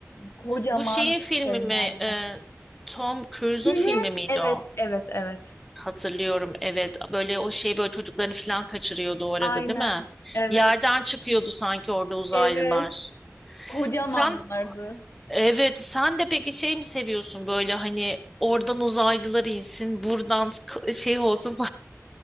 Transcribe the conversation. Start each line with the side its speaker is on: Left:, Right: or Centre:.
Left: Kocaman
Centre: Bu şeyin filmi
Left: şeyler.
Centre: mi? e, Tom Cruise'un
Left: Hı
Centre: filmi
Left: hı.
Centre: miydi
Left: Evet,
Centre: o?
Left: evet, evet.
Centre: Hatırlıyorum evet. Böyle o şey böyle çocuklarını falan kaçırıyordu o arada
Left: Aynen.
Centre: değil mi?
Left: Evet.
Centre: Yerden çıkıyordu sanki orada uzaylılar.
Left: Evet. Kocamanlardı.
Centre: Sen evet sen de peki şey mi seviyorsun böyle hani oradan uzaylılar insin buradan k- şey olsun